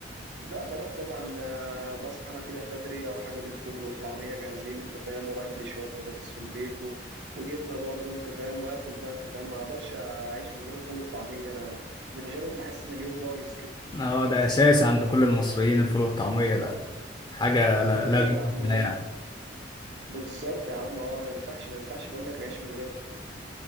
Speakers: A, on the right (about 70°); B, on the left (about 20°).
A: لا بروح طبعا آه، بصحى انا كده بدري اروح اجيب الفول والطعميه جاهزين انت فاهم واقلي شويه بطاطس في البيت و... وجبنه برضه انت فاهم واكل بقى انت فاهم ما اقدرش اعيش من غير الفول والطعميه انا من غيرهم بحس ان اليوم بايظ كده
B: اه ده اساسي عند كل المصريين الفول والطعمية ده حاجة لا لا
A: ايوه
B: غنى
A: يا عم أيوة.
B: عنها يعني
A: بالظبط يا عم اه ما ينفعش ما ينفعش بقول لك نعيش من غيرهم